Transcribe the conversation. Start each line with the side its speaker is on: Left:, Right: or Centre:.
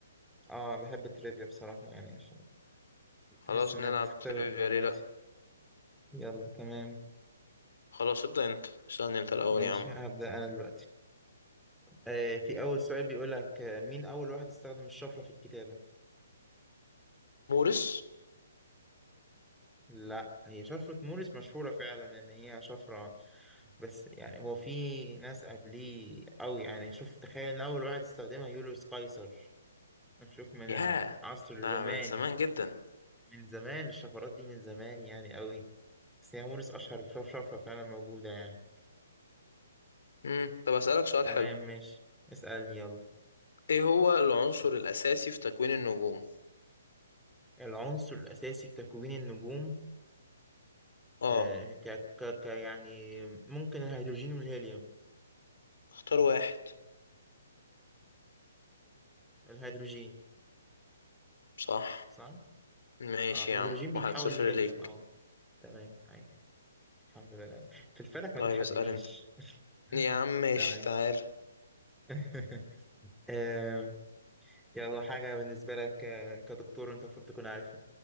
Centre: اه بحب التريفيا بصراحة يعني عشان بحس
Left: خلاص
Centre: إن
Left: نلعب
Centre: هي بتختبر
Left: تريفيا
Centre: معلوماتي
Left: ليه لا
Centre: يلا تمام
Left: خلاص ابدأ انت اسألني انت الاول
Centre: ماشي
Left: يا عم
Centre: هبدأ أنا دلوقتي آه في أول سؤال بيقول لك آه، مين أول واحد استخدم الشفرة في الكتابة؟
Left: مورس
Centre: لا هي شفرة موريس مشهورة فعلا إن هي شفرة بس يعني هو في ناس قبليه أوي يعني شوف تخيل إن أول واحد استخدمها يوليوس قيصر نشوف من
Left: ياه
Centre: العصر الروماني
Left: ده من زمان جدا
Centre: من زمان الشفرات دي من زمان يعني قوي بس هي موريس أشهر شف- شفرة فعلا موجودة يعني
Left: امم طب اسألك سؤال
Centre: تمام
Left: حلو
Centre: ماشي اسأل يلا
Left: ايه هو العنصر الاساسي في تكوين النجوم
Centre: العنصر الأساسي في تكوين النجوم
Left: اه
Centre: آه ك ك ك يعني ممكن الهيدروجين والهيليوم
Left: اختار واحد
Centre: الهيدروجين
Left: صح
Centre: صح؟
Left: ماشي
Centre: اه الهيدروجين
Left: يا عم
Centre: بيتحول
Left: واحد صفر
Centre: لهيليوم
Left: ليك
Centre: اه تمام أي الحمد لله في الفلك
Left: طيب
Centre: ما تتحدنيش
Left: اسأل انت
Centre: <laughs>
Left: يا عم ماشي
Centre: تمام
Left: تعال
Centre: <laughs> آه، يلا حاجة بالنسبة لك آه، كدكتور أنت المفروض تكون عارفها